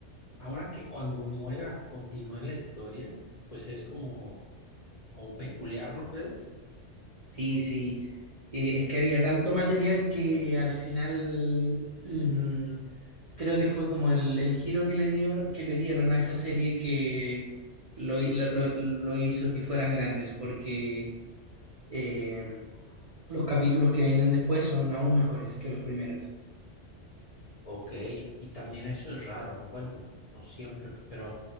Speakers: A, on the left; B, on the right.
A: Ahora que cuando muera continúe la historia, pues es como, como peculiar, ¿no crees?
B: Sí, sí. Eh, es que había tanto material que al final mm, creo que fue como el, el giro que le dio, que le dieron a esa serie que lo, hi- lo- lo- lo hizo que fueran grandes, porque eh, los capítulos que vienen después son aún mejores que los primeros.
A: Ok, y también eso es raro. Bueno, no siempre, pero